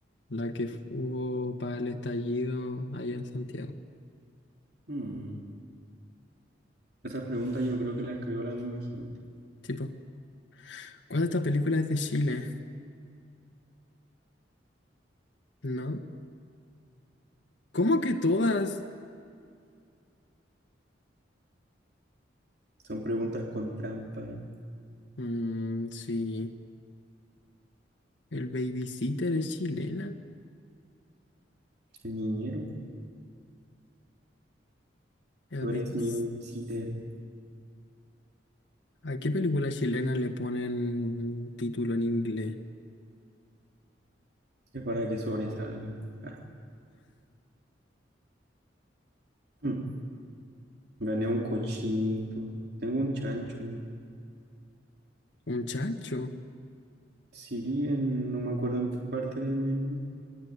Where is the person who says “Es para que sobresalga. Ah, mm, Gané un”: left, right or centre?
Right